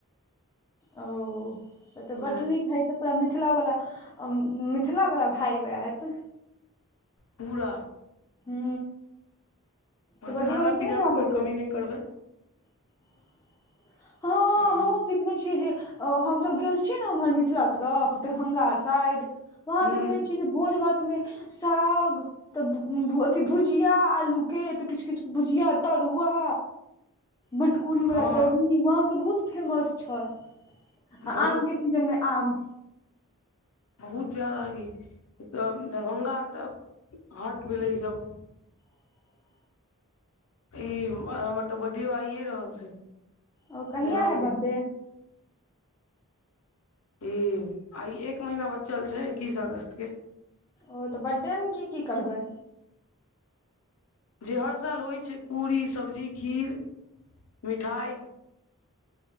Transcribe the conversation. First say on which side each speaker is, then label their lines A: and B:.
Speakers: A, on the left (about 15°); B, on the left (about 70°).
A: ओ ओ तऽ
B: उहे
A: बड्ड नीक हइ। पूरा मिथला वाला मिथिला वाला भायब एत।
B: पूरा
A: ह
B: बस
A: तऽ बजेबै
B: खाना
A: कि
B: पीना
A: नहि हमरा
B: मे कोइ
A: सबके
B: कमी नय। करबै।
A: <inaudible> हँ
B: तब
A: हमहुँ देखने छियै जे हमसभ गेल छियै ने उम्हर मिथिला तरफ दरभंगा आर साइड। वहाँ
B: हुँ
A: देखने छियै भोज भात मे साग। तब अथी भुजिया आलू के तऽ किछु किछु के भुजिया तरुआ। मटकुरी वाला
B: हँ
A: दही वहाँ के बहुत फेमस छै
B: बहुत
A: आ आम के। सीजन मे आम।
B: बहुत जादा ई दरभंगा आर तऽ हाॅट भेलै ई सब।
A: <inaudible>
B: ई हमर तऽ बड्डेयो आइए रहल छै।
A: ओ कहिया
B: जन्मदिन
A: हे बड्डे
B: ई आइ एक महीना बचल छै एक्कीस अगस्त के।
A: ओ तऽ बड्डेमे की की करबै।
B: जे हर साल होइ छै पूरी सब्जी खीर मिठाइ।